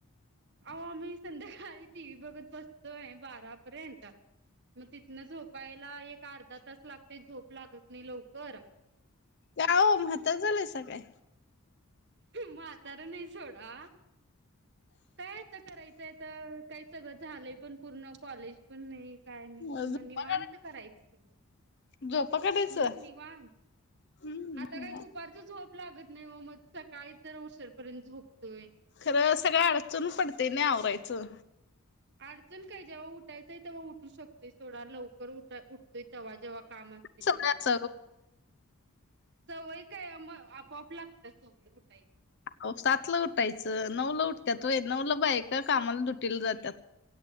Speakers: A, on the right; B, on the left.
A: अहो मी संध्याकाळी टी व्ही बघत बसतोय बारापर्यंत मग तिथनं झो ''--'' पायाला एक अर्धा तास लागते झोप लागत नाही लवकर.
B: का हो म्हात झालंय स काय.
A: म्हातारा नाही सोडा. काय आता करायचंय तर काही सगळं झालंय पण पूर्ण कॉलेज पण नाही. काय नाही
B: झोपा
A: मग निवणत
B: काढाय
A: करायचं सगळं
B: झोपा काढायचं
A: हम्, निवणत.
B: हम्म
A: आता काही दुपारचं झोप लागत नाही व मग सकाळी जर शरपर्यंत झोप ''--'' तोय.
B: खरं सगळं अडचण पडते नाही आवरायचं.
A: अडचण काय जेव्हा उठायचंय तेव्हा उठू शकतोय सोडा लवकर उठा उठ. त तेव्हा जेव्हा काम असत
B: सगळं
A: तेव्हा.
B: अस
A: सवय काय मग आपोआप लागतात <unintelligible> सवय उठायची
B: हो सातला उठायचं नऊला उठतात वय नऊला बा ए का कामाला दुटीला जातात.